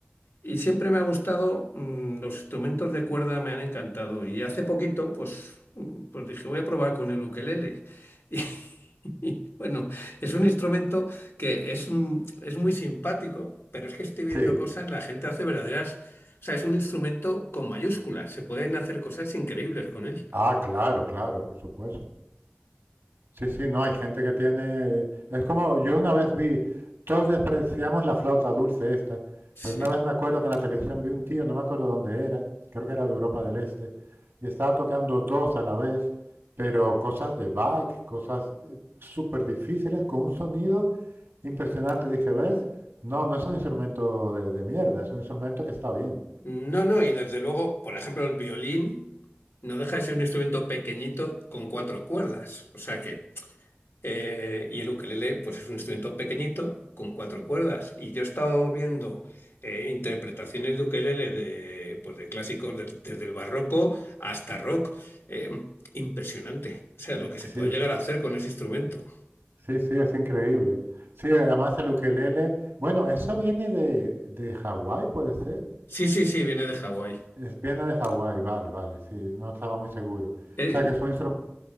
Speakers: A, on the left; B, on the right.
A: Y siempre me ha gustado, mm, los instrumentos de cuerda me han encantado. Y hace poquito, pues, mm, pues dije, voy a probar con el ukelele. <laughs> Y bueno, es un instrumento que es, un- es muy simpático, pero es que estoy viendo
B: Sí.
A: cosas, la gente hace verdaderas. O sea, es un instrumento con mayúsculas, se pueden hacer cosas increíbles con él.
B: Ah, claro, claro, por supuesto. Sí, sí, no, hay gente que tiene... Es como, yo una vez vi, todos despreciamos la flauta dulce esta,
A: Sí.
B: pero una vez me acuerdo que en la televisión vi un tío, no me acuerdo dónde era, creo que era de Europa del Este, y estaba tocando dos a la vez, pero cosas de Bach, cosas eh, súper difíciles, con un sonido impresionante. Dije, ¿ves? No, no es un instrumento de, de mierda, es un instrumento que está bien.
A: No, no, y desde luego, por ejemplo, el violín no deja de ser un instrumento pequeñito con cuatro cuerdas. O sea que Eh, y el ukelele, pues es un instrumento pequeñito con cuatro cuerdas. Y yo he estado viendo eh, interpretaciones de ukelele de, pues de clásicos del- desde el barroco hasta rock. Eh, impresionante. O sea, lo que se puede
B: Sí,
A: llegar a hacer con ese instrumento.
B: sí, sí, es increíble. Sí, además el ukelele, bueno, eso viene de, de Hawái, puede ser.
A: Sí, sí, sí, viene de Hawái.
B: Es, viene de Hawái, vale, vale, sí, no estaba muy seguro.
A: Eh,
B: O sea que es un instrumento.